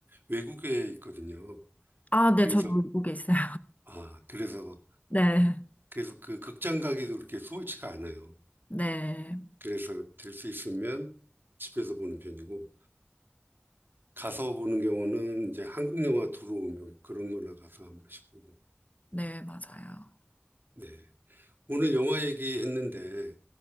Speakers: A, on the right (about 55°); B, on the left (about 35°).
A: 외국에 있거든요.
B: 아, 네,
A: 그래서
B: 저도 외국에 있어요.
A: 아 그래서
B: <laughs> 네.
A: 그래서 그 극장 가기도 그렇게 수월치가 않아요.
B: 네,
A: 그래서 될 수 있으면 집에서 보는 편이고 가서 보는 경우는 이제 한국 영화 들어오면 그런 거나 가서 한 번씩 보고
B: 네, 맞아요.
A: 네. 오늘 영화 얘기했는데